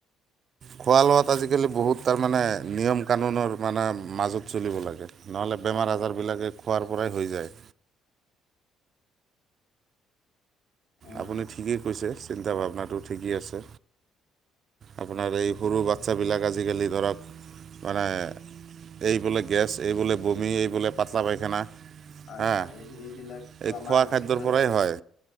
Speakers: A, on the right; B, on the left.
A: খোৱা লোৱাত আজিকালি বহুত তাৰ মানে নিয়ম কানুনৰ মানে মাজত চলিব লাগে। নহ'লে বেমাৰ
B: উম
A: আজাৰ
B: উম
A: বিলাকে খোৱাৰ পৰাই হৈ যায়।
B: উম
A: আপুনি ঠিকেই কৈছে, চিন্তা ভাৱনাটো ঠিকেই আছে। আপোনাৰ এই সৰু বাচ্ছাবিলাক আজিকালি ধৰক মানে এই বোলে গেছ, এই বোলে বমি, এই বোলে পাতলা পাইখানা।
B: হয়
A: হা
B: হয়
A: এই
B: এইবিলাকতো আমাৰ
A: খোৱা খাদ্যৰ
B: স্কুলত
A: পৰাই
B: যায়
A: হয়।